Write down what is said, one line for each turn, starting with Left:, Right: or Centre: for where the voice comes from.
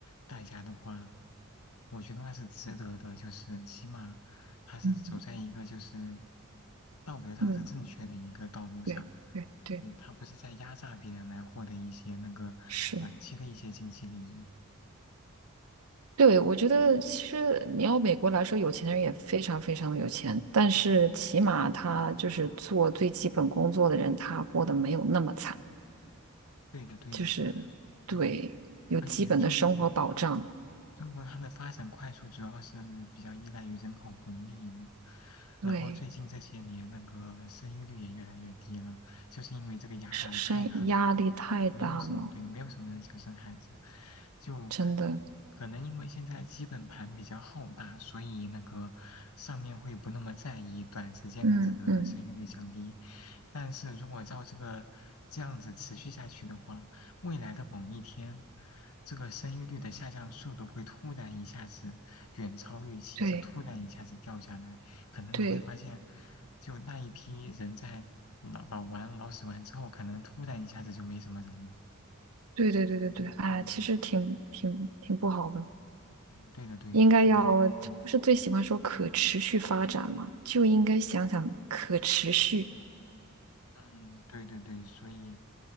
Left: 代价的话，我觉得那是值得的，就是起码他是走在一个就是
Right: 嗯
Left: 道德上是正确的一个道路上，
Right: 嗯，对对对，
Left: 对，他不是在压榨别人来获得一些那个短期的一些经济利益。
Right: 是，对，我觉得其实你要美国来说，有钱的人也非常非常的有钱，但是起码他就是做最基本工作的人，他过得没有那么惨，
Left: 对的，对的，
Right: 就是对，
Left: 对，
Right: 有基本的生活保障，
Left: 而且中国对。中国它的发展快速，主要是比较依赖于人口红利嘛。
Right: 对，
Left: 然后最近这些年，那个生育率也越来越低了，就是因为这个压榨的太狠
Right: 生生压力太大了，
Left: 没有什么对，没有什么人想生孩子，就
Right: 真的，
Left: 可能因为现在基本盘比较浩大，所以那个上面会不那么在意短时间的这个生育率降低。
Right: 嗯嗯，
Left: 但是如果照这个这样子持续下去的话，未来的某一天，这个生育率的下降速度会突然一下子远超预期，
Right: 对
Left: 就突然一下子掉下来，可能你会发现，
Right: 对。
Left: 就那一批人在老老玩老死完之后，可能突然一下子就没什么人了。
Right: 对对对对对，哎，
Left: 对的，
Right: 其实挺挺挺不好的，
Left: 对，嗯，对的，对的，
Right: 应该要，
Left: 就感觉，嗯
Right: 不是最喜欢说可持续发展嘛，就应该想想可持续，
Left: 嗯，对对对，所以